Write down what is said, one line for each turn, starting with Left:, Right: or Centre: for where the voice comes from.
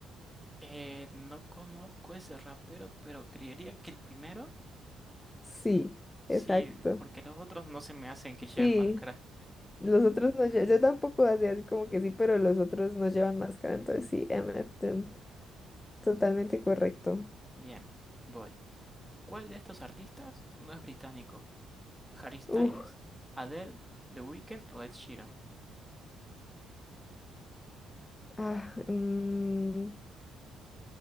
Centre: Eh, no conozco ese rapero, pero creería que el primero.
Left: Sí,
Centre: Sí,
Left: exacto.
Centre: porque los otros no se me hacen que
Left: Sí,
Centre: lleven máscara.
Left: los otros no lle- Yo tampoco hacía así como que sí, pero los otros no llevan máscara, entonces sí, MF them. Totalmente correcto.
Centre: Bien, voy. ¿Cuál de estos artistas no es británico? ¿Harry Styles,
Left: Uf,
Centre: Adele, The Weeknd o Ed Sheeran?
Left: ah, mm,